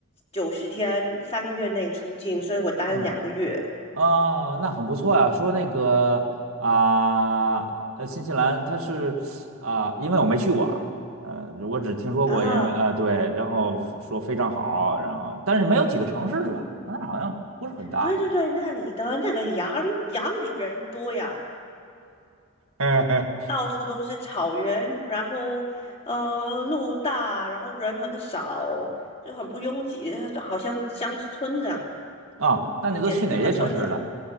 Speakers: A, on the left (about 30°); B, on the right (about 80°).
A: 九十天，三个月内出境，所以我待了两个月
B: 嗯。啊，那很不错呀。说那个啊，呃，新西兰它是啊，因为我没去过啊，呃，我只听说过，
A: 啊。
B: 因为啊、对，然后说非常好，然后但是没有几个城市是吧？那好像不是很大是吧？
A: 对对对，那里的那个羊羊比人多呀，
B: <laughs>
A: 到处都是草原，然后呃路大，然后人很少，就很不拥挤，好像乡村这样，
B: 啊，那你都去哪些城市了？
A: 简直就个村子。